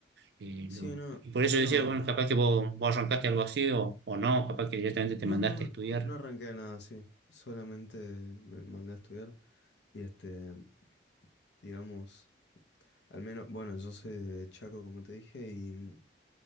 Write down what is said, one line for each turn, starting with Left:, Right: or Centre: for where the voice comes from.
Right: pero-
Left: Sí, no,
Right: y por
Left: bueno.
Right: eso decía, bueno, capaz que vos, vos arrancaste algo así o, o no, capaz que directamente te
Left: No,
Right: mandaste
Left: no,
Right: a estudiar.
Left: no arranqué nada así. Solamente me mandé a estudiar y este, digamos, al menos, bueno, yo soy de Chaco, como te dije, y mm,